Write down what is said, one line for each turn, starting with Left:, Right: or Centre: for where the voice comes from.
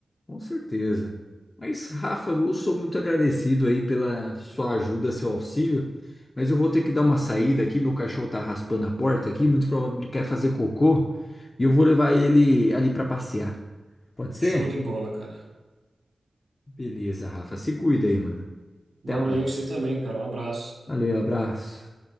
Left: Com certeza. Mas, Rafa, eu sou muito agradecido aí pela sua ajuda, seu auxílio. Mas eu vou ter que dar uma saída aqui. Meu cachorro tá raspando a porta aqui. Muito provavelmente ele quer fazer cocô. E eu vou levar ele ali pra passear. Pode ser?
Right: Show de bola, cara.
Left: Beleza, Rafa. Se cuida aí, mano. Até
Right: Valeu,
Left: mais.
Right: você também, cara. Um abraço.
Left: Valeu, abraço.